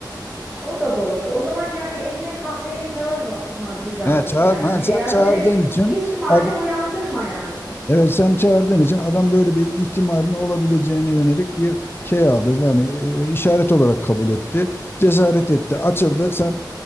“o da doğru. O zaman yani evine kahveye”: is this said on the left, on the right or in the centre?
Centre